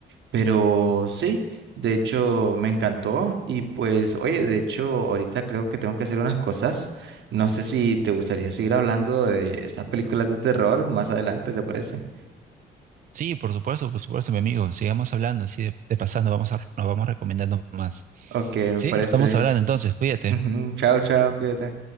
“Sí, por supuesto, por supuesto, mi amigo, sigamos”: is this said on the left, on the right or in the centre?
Right